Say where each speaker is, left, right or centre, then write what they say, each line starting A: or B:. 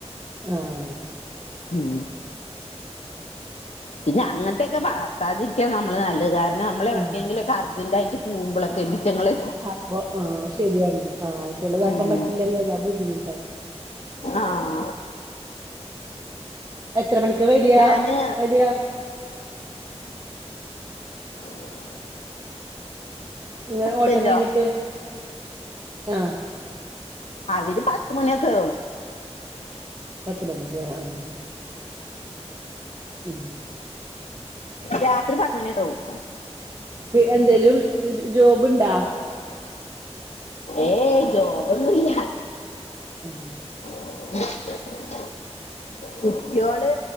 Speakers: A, on the right (about 30°); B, on the left (about 75°).
A: ആഹ്
B: ഉം പിന്നെ അങ്ങനത്തെക്കെ വളർത്താതിരിക്കാ നമ്മള് നല്ലത് കാരണം നമ്മളെവിടെക്കെങ്കിലും
A: ആഹ്
B: അർജന്റായിട്ട് പോകുമ്പളൊക്കെ ഇവറ്റ്ങ്ങള്
A: അപ്പൊ ആഹ് ശരിയാണ് ആഹ് ഇളുതാക്കാൻ
B: ഉം
A: പറ്റില്ലെന്നല്ലാ ബുദ്ധിമുട്ടാണ്
B: ആഹ്
A: എത്ര മണിക്കാ വരിയാ
B: ഞാന്
A: വരിയാ
B: <inaudible>
A: ഇങ്ങനെ
B: ഹസ്ബൻഡോ
A: ഓട്ടം കഴിഞ്ഞിട്ട് ആഹ്
B: അതിന് പത്ത് മണിയൊക്കെയാവും
A: പത്ത് മണില്ലേ ആഹ് ഉം
B: രാത്രി പത്ത് മണിയൊക്കാവും
A: എന്തേലും ജോബുണ്ടാ
B: ഏയ് ജോബൊന്നില്ല
A: ഉം
B: ഉം <unintelligible> കുട്ട്യോള്